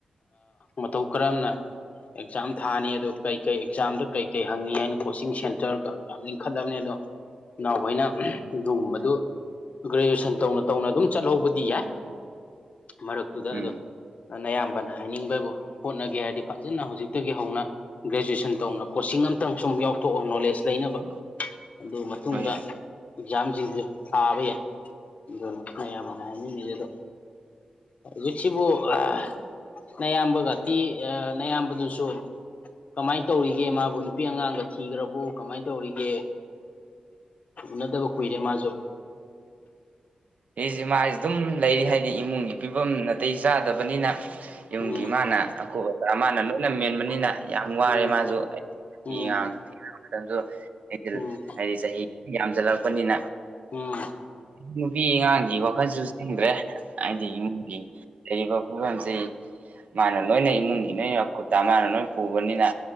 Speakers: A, on the left (about 60°); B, on the right (about 65°).
A: ꯃꯇꯧ ꯀꯔꯝꯅ ꯑꯦꯛꯖꯥꯝ ꯊꯥꯅꯤ ꯑꯗꯣ ꯀꯩ ꯀꯩ ꯑꯦꯛꯖꯥꯝꯗ ꯀꯩꯀꯩ ꯍꯪꯉꯤ ꯍꯥꯏꯅ ꯀꯣꯆꯤꯡ ꯁꯦꯟꯇꯔꯒ ꯌꯥꯝ ꯂꯤꯡꯈꯠꯂꯝꯕꯅꯦ ꯑꯗꯣ ꯏꯅꯥꯎꯈꯣꯏꯅ ꯑꯗꯨꯒꯨꯝꯕꯗꯨ ꯒ꯭ꯔꯦꯖꯨꯑꯦꯁꯟ ꯇꯧꯅ ꯇꯧꯅ ꯑꯗꯨꯝ ꯆꯠꯍꯧꯕꯗꯤ ꯌꯥꯏ ꯃꯔꯛꯇꯨꯗ
B: ꯎꯝ
A: ꯑꯗꯣ ꯑꯌꯥꯝꯕꯅ ꯍꯥꯏꯅꯤꯡꯕꯕꯨ ꯍꯣꯠꯅꯒꯦ ꯍꯥꯏꯔꯗꯤ ꯐꯖꯅ ꯍꯧꯖꯤꯛꯇꯒꯤ ꯍꯧꯅ ꯒ꯭ꯔꯦꯖꯨꯑꯦꯁꯟ ꯇꯧꯅ ꯁꯤꯡ ꯑꯃꯝꯇꯪ ꯁꯨꯝ ꯌꯥꯎꯊꯣꯛꯑꯣ ꯅꯣꯂꯦꯖ ꯂꯩꯅꯕ
B: <inaudible>
A: ꯑꯗꯨ ꯃꯇꯨꯡꯗ
B: ꯍꯣꯏ ꯌꯥꯝ
A: ꯑꯦꯛꯖꯥꯝꯁꯤꯡꯁꯨ ꯊꯥꯕ ꯌꯥꯏ ꯑꯗꯨꯅꯤ ꯅꯌꯥꯝꯕꯅꯥ ꯍꯥꯏꯅꯤꯡꯉꯤꯁꯦ ꯍꯧꯖꯤꯛꯁꯤꯕꯨ ꯑ ꯅꯌꯥꯝꯕꯒꯥ ꯇꯤ ꯅꯌꯥꯝꯕꯗꯨꯁꯨ ꯀꯃꯥꯏꯅ ꯇꯧꯔꯤꯒꯦ ꯃꯥꯕꯨ ꯅꯨꯄꯤ ꯑꯉꯥꯡꯒ ꯊꯤꯈ꯭ꯔꯕꯣ ꯀꯃꯥꯏꯅ ꯇꯧꯔꯤꯒꯦ ꯎꯅꯗꯕ ꯀꯨꯏꯔꯦ ꯃꯥꯁꯨ
B: ꯑꯩꯁꯨ ꯃꯥꯁꯨ ꯑꯗꯨꯝ ꯂꯩꯔꯤ ꯍꯥꯏꯗꯤ ꯏꯃꯨꯡꯒꯤ ꯐꯤꯕꯝ ꯅꯥꯇꯩ ꯆꯥꯗꯕꯅꯤꯅ ꯌꯨꯝꯒꯤ
A: ꯎꯝ
B: ꯃꯥꯅ ꯑꯀꯨꯞ ꯑꯇꯥ ꯃꯥꯅ ꯂꯣꯏꯅ ꯃꯦꯟꯕꯅꯤꯅ ꯌꯥꯝ ꯋꯥꯔꯦ
A: ꯎꯝ
B: ꯃꯥꯁꯨ
A: ꯎꯝ
B: <unintelligible>
A: ꯎꯝ
B: ꯊꯣꯛꯄꯅꯤꯅ
A: ꯎꯝ
B: ꯅꯨꯄꯤ ꯑꯉꯥꯡꯒꯤ ꯋꯥꯈꯜꯁꯨ ꯆꯪꯗ꯭ꯔꯦ ꯍꯥꯏꯗꯤ ꯏꯃꯨꯡꯒꯤ ꯂꯩꯔꯤꯕ ꯐꯤꯕꯝꯁꯤ ꯃꯥꯅ ꯂꯣꯏꯅ
A: ꯎꯝ
B: ꯏꯃꯨꯡꯒꯤ ꯅ <unintelligible> ꯃꯥꯥꯟꯅ ꯂꯣꯏ ꯄꯨꯕꯅꯤꯅ